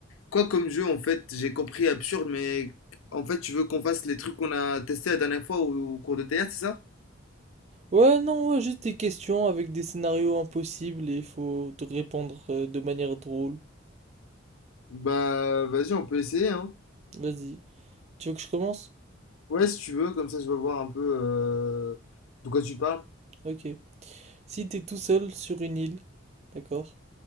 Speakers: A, on the left; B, on the right.
A: quoi comme jeu en fait? J'ai compris absurde, mais en fait, tu veux qu'on fasse les trucs qu'on a testés la dernière fois au, au cours de théâtre, c'est ça?
B: Ouais, non, ouais, juste des questions avec des scénarios impossibles et il faut te répondre euh, de manière drôle.
A: Bah, vas-y, on peut essayer, hein.
B: Vas-y. Tu veux que je commence?
A: Ouais, si tu veux, comme ça, je vais voir un peu euh, de quoi tu parles.
B: Ok. Si t'es tout seul sur une île, d'accord,